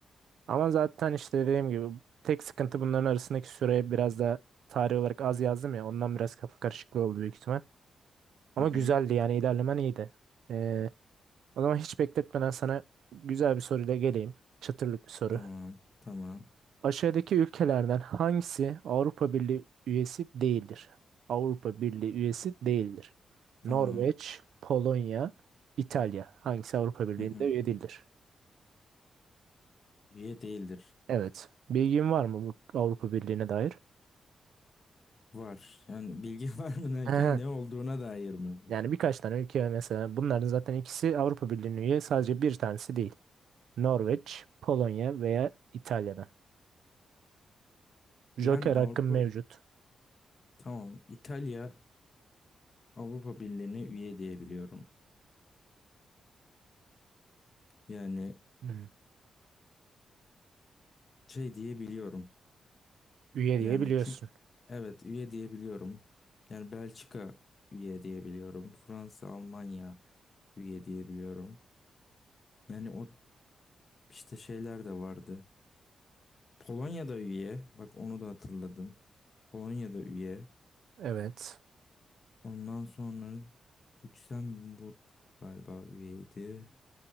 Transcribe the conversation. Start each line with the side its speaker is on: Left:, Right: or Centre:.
Right: Ama zaten işte dediğim gibi tek sıkıntı bunların arasındaki süreye biraz da tarih olarak az yazdım ya. Ondan biraz kafa karışıklığı oldu büyük ihtimal. Ama
Left: Hı hı.
Right: güzeldi yani ilerlemen iyiydi. E, o zaman hiç bekletmeden sana güzel bir soruyla geleyim. Çıtırlık bir soru.
Left: Tamam. Tamam.
Right: Aşağıdaki ülkelerden hangisi Avrupa Birliği üyesi değildir? Avrupa Birliği üyesi değildir. Norveç,
Left: Tamam.
Right: Polonya, İtalya. Hangisi Avrupa Birliği'nde
Left: Hı hı.
Right: üye değildir?
Left: Üye değildir.
Right: Evet. Bilgin var mı bu Avrupa Birliği'ne dair?
Left: Var. Yani bilgi <laughs> var mı derken
Right: Aha.
Left: ne olduğuna dair mi bu?
Right: Yani birkaç tane ülke mesela bunların zaten ikisi Avrupa Birliği'ne üye sadece bir tanesi değil. Norveç, Polonya veya İtalya'dan. Joker
Left: Yani Avrupa
Right: hakkın mevcut.
Left: Bir- tamam. İtalya Avrupa Birliği'ne üye diye biliyorum. Yani
Right: Hmm.
Left: şey diye biliyorum.
Right: Üye
Left: Yani
Right: diye biliyorsun.
Left: çünkü evet üye diyebiliyorum. Yani Belçika üye diyebiliyorum. Fransa, Almanya üye diyebiliyorum. Yani o işte şeyler de vardı. Polonya'da üye. Bak onu da hatırladım. Polonya'da üye.
Right: Evet.
Left: Ondan sonra Lüksemburg galiba üyeydi.